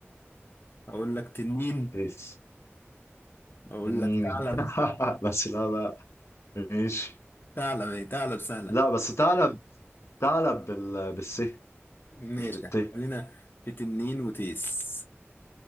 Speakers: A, on the left (about 50°); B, on the left (about 75°).
A: اقول لك تنين
B: بس
A: اقول
B: مين
A: لك ثعلب
B: <laughs> بس لا بقى ماشي
A: ثعلب اهي ثعلب سهلة
B: لا بس تعلب تعلب بال... بالس
A: ماشي
B: مش بالت
A: يا عم خلينا في تنين وتيس